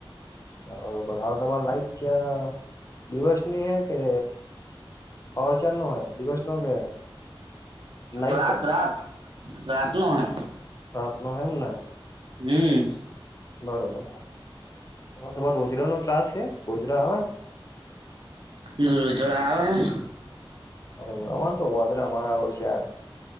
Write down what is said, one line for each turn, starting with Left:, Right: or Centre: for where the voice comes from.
Left: હઅ હાલ તમારે લાઈટ ચા દિવસની હે કે પાવર ચારનો હે દિવસ નો કે નાઈટ
Right: રાત
Left: નો
Right: રાત રાત નો હે
Left: રાતનો હે એમને
Right: હમ્મ
Left: બરોબર તમારો રોજડાનો ત્રાસ સે રોજડા આવે
Right: રોજોડા આવે હેન
Left: બરોબર અમાર તો ઓદરા મારા ઓળશ્યા